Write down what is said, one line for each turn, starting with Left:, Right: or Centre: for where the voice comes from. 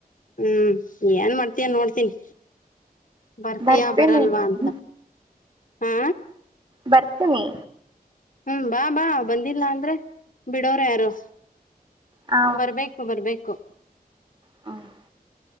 Left: ಹ್ಮ್, ಏನ್ ಮಾಡ್ತೀಯ ನೋಡ್ತೀನಿ. ಬರ್ತೀಯಾ
Right: ಬರ್ತೀನಿ
Left: ಬರಲ್ವಾ
Right: ಮ್ಯಾಮ್
Left: ಅಂತ ಹಾ
Right: ಬರ್ತಿನಿ
Left: ಹ್ಮ್, ಬಾ ಬಾ ಬಂದಿಲ್ಲ ಅಂದ್ರೆ ಬಿಡೋರ ಯಾರು
Right: ಹ
Left: ಬರ್ಬೇಕು, ಬರ್ಬೇಕು
Right: ಹ <inaudible>